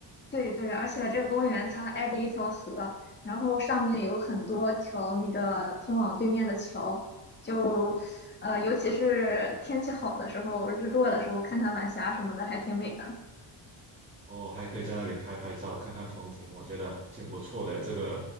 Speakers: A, on the left; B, on the right.
A: 对对，而且这个公园它挨着一条河，然后上面有很多条那个通往对面的桥，就呃，尤其是天气好的时候，日落的时候看看晚霞什么的，还挺美的。
B: 哦，还可以在那里拍拍照，看看风景，我觉得挺不错的这个